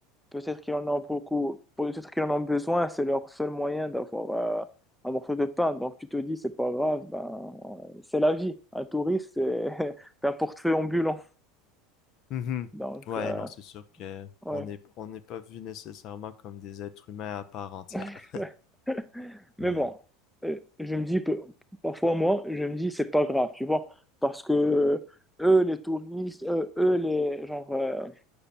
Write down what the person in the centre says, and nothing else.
peut-être qu'ils en ont beaucoup, peut-être qu'ils en ont besoin. C'est leur seul moyen d'avoir euh, un morceau de pain. Donc, tu te dis, c'est pas grave. Ben, euh, c'est la vie. Un touriste, c'est <laughs> un portefeuille ambulant.
Donc,
euh,
ouais.
<laughs> Mais
bon, euh, je me dis, que- parfois moi, je me dis, c'est pas grave, tu vois, parce que euh, eux, les touristes, euh, eux, les, genre, euh,